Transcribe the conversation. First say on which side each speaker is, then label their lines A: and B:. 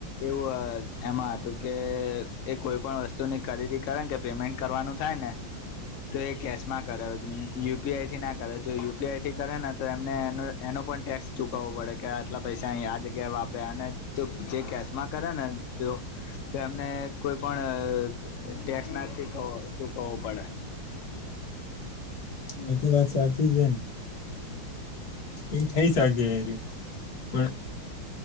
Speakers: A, on the left; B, on the left.
A: એવું એમાં હતું કે એ કોઈ પણ વસ તુની ખરીદી કરેન કે પેમેન્ટ કરવાનું થાય ને તો એ કેશ માં કરે યુ પી આઈ થી ના કરે જો યુ પી આઈ થી કરે ને તો એમને એનું એનો પણ ટેક્સ ચુકવવો પડે કે આટલા પૈસા અહી આ જગ્યા વાપરે અને જો જે કેશમાં કરે ને તો એમને કોઈ પણ ટેક્સ ના તો ચુકવો ચુકવવું પડે
B: એ તો વાત સાચી છે, ન એ થઈ શકે પણ